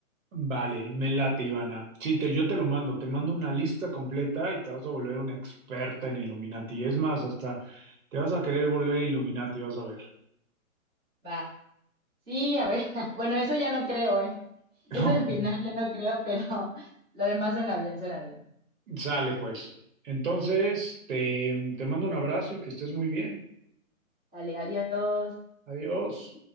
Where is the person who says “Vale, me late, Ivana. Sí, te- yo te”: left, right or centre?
Right